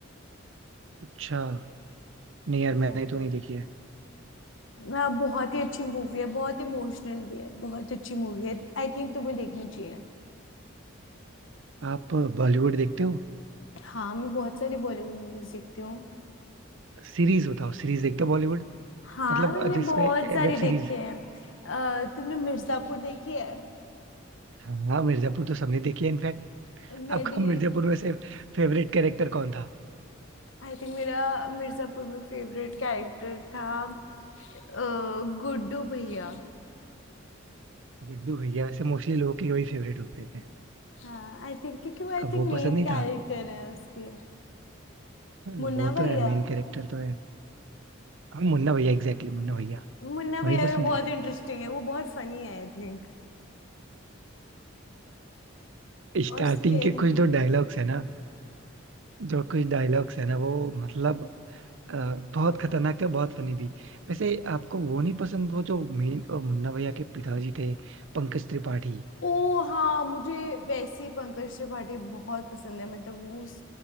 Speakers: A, on the right (about 65°); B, on the left (about 70°).
A: अच्छा नहीं यार मैंने
B: हाँ
A: तो नहीं देखी है
B: हाँ, बहुत ही अच्छी मूवी है बहुत इमोशनल भी है बहुत अच्छी मूवी है आई थिंक तुम्हें देखनी चाहिए
A: आप बॉलीवुड देखते हो
B: हाँ मैं बहुत सारी बॉलीवुड मूवीज देखती हूँ
A: सीरीज बताओ सीरीज देखते हो बॉलीवुड
B: हाँ
A: मतलब
B: मैंने
A: अ, जिसपे
B: बहुत
A: वेब
B: सारी देखी
A: सीरीज
B: है अ, तुमने मिर्जापुर देखी है
A: हाँ मिर्जापुर तो सबने देखी है इनफैक्ट
B: मेरी
A: आपका मिर्जापुर में से फेवरेट कैरेक्टर कौन था
B: आई थिंक मेरा मिर्जापुर में फेवरेट कैरेक्टर था अ, गुड्डू भैया
A: गुड्डू भैया वैसे मोस्टली लोगों के वही फेवरेट होते हैं
B: हाँ आई थिंक क्योंकि वो आई
A: अब
B: थिंक
A: वो
B: मेन
A: पसंद नहीं
B: कैरेक्टर
A: था
B: है उसके
A: हाँ,
B: मुन्ना
A: वो तो
B: भैया
A: है मेन कैरेक्टर तो है हाँ मुन्ना भैया एग्जैक्टली मुन्ना भैया
B: मुन्ना
A: वही
B: भैया
A: पसंद
B: भी बहुत
A: है
B: इंटरेस्टिंग है वो बहुत फनी है आई थिंक
A: स्टार्टिंग
B: और स्केरी
A: के कुछ
B: भी।
A: जो डायलॉग्स है ना जो कुछ डायलॉग्स है ना वो मतलब अ, बहुत खतरनाक थे बहुत फनी भी वैसे आपको वो नहीं पसंद वो जो मेन मुन्ना भैया के पिताजी थे पंकज त्रिपाठी
B: ओ हाँ मुझे वैसे ही पंकज त्रिपाठी बहुत पसंद है मतलब वो उस